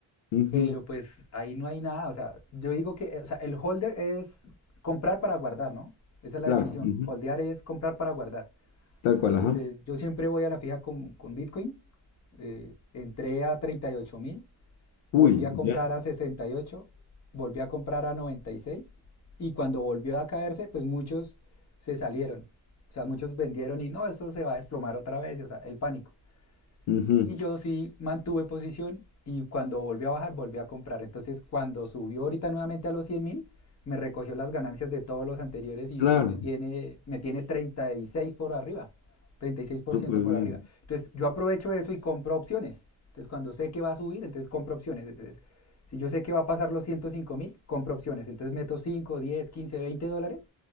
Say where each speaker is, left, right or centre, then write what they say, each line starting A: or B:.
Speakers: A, on the left (about 70°); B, on the left (about 35°).
A: Ujú,
B: Pero pues ahí no hay nada. O sea, yo digo que eh, o sea, el holder es comprar para guardar, ¿no? Esa es la
A: Claro,
B: definición.
A: ujú,
B: Holdear es comprar para guardar.
A: Tal cual,
B: Entonces,
A: ajá.
B: yo siempre voy a la fija con, con Bitcoin. eh, entré a 38 mil, volví
A: Uy,
B: a comprar
A: ya.
B: a 68, volví a comprar a 96 y seis. Y cuando volvió a caerse, pues muchos se salieron. O sea, muchos vendieron y no, esto se va a desplomar otra vez. O sea, el pánico.
A: ujú,
B: Y yo sí mantuve posición y cuando volvió a bajar, volví a comprar. Entonces, cuando subió ahorita nuevamente a los cien mil, me recogió las ganancias de todos los anteriores y,
A: Claro,
B: y me tiene, me tiene 36 por arriba, treinta y seis por
A: súper
B: ciento por
A: bien.
B: arriba. Entonces, yo aprovecho eso y compro opciones. Entonces, cuando sé que va a subir, entonces compro opciones. Entonces, si yo sé que va a pasar los ciento cinco mil, compro opciones. Entonces, meto 5 10 15 20 dólares